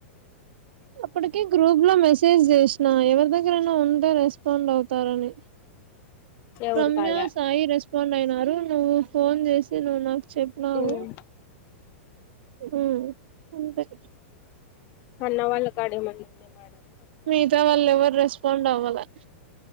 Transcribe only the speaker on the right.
అప్పటికి గ్రూప్ లో మెసేజ్ జేసినా ఎవరి దగ్గరైనా ఉంటే రెస్పాండ్ అవుతారని
రమ్యా
సాయి రెస్పాండ్ అయినారు నువ్వు ఫోన్ జేసి నువ్వు నాకు చెప్పినావు
ఉహ్ తొంభై
మిగతా వాళ్ళు ఎవరు రెస్పాండ్ అవ్వలే